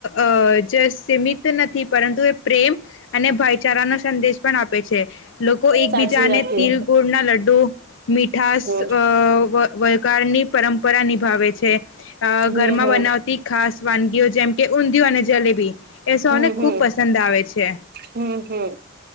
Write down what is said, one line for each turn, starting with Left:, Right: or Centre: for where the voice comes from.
Left: અ જે સીમિત નથી પરંતુ એ પ્રેમ અને ભાઈચારા નો સંદેશ પણ આપે છે લોકો એકબીજાને
Right: સાચી વાત કે
Left: તિલ ગુળના લડ્ડુ મીઠશ
Right: હમ
Left: વલગની પરંપરા નિભાવે છે અ
Right: હમ
Left: ઘરમાં
Right: હમ
Left: બનાવતી ખાસ વાનગીઓ જેમ કે ઊંધિય અને જલેબી એ સૌને
Right: હમ હમ
Left: ખુબ પસંદ આવે છે
Right: હમ હમ